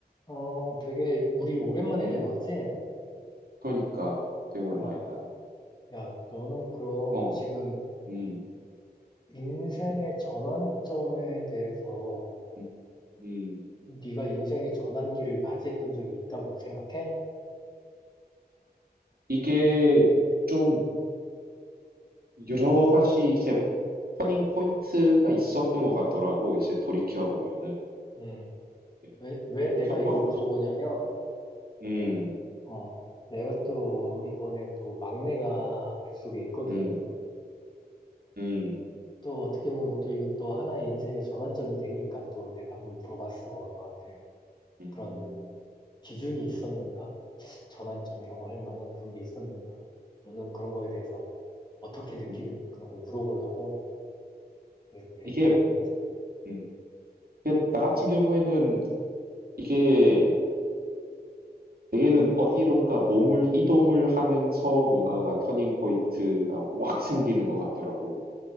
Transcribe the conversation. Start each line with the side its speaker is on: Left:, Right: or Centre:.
Left: 어, 되게 우리 오랜만에
Right: 음.
Left: 대화하지?
Right: 그러니까 되게 오랜만이다.
Left: 어, 야, 너는 그럼
Right: 어,
Left: 지금
Right: 응. 음.
Left: 인생의 전환점에 대해서
Right: 음. 음.
Left: 네가 인생의 전환기를 맞이했던 적이 있다고 생각해?
Right: 이게 좀 여러 가지 이제 터닝 포인트가 있었던 것 같더라고. 이제 돌이켜 보면은
Left: 음.
Right: 예.
Left: 왜, 왜 내가
Right: 첫
Left: 이걸
Right: 번째.
Left: 물어보냐면,
Right: 음.
Left: 어, 내가 또 이번에 또 막내가 뱃속에 있거든.
Right: 음. 음.
Left: 또 어떻게 보면 또 이것도 하나의 인생의 전환점이 되니까 또 내가 한번 물어봤어, 너한테.
Right: 음. 음.
Left: 그런 기준이 있었는가? 전환점이라고 할 만한 그런 게 있었는가? 너는 그런 거에 대해서 어떻게 느끼는가?
Right: 음.
Left: 그런 걸 물어보려고 이렇게
Right: 이게
Left: 연락을 했지.
Right: 음. 근데 나 같은 경우에는 이게 내게는 어디론가 몸을 이동을 하면서 뭔가가 터닝 포인트가 확 생기는 것 같더라고.